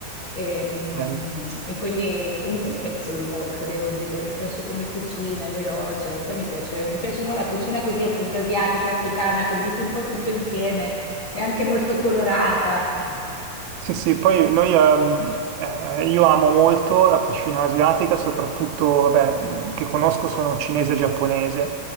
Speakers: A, on the left (about 55°); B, on the right (about 85°).
A: E, mm,
B: bello.
A: e quindi uso spesso il wok, devo dire. Mi piace come cucina, è veloce. Poi mi piace, mi piace, no, la cucina così appunto asiatica, africana, che butti un po' tutto insieme. È anche molto colorata.
B: Sì, sì, poi noi, ehm, eh, io amo molto la cucina asiatica, soprattutto, vabbè, eh, che conosco sono cinese e giapponese.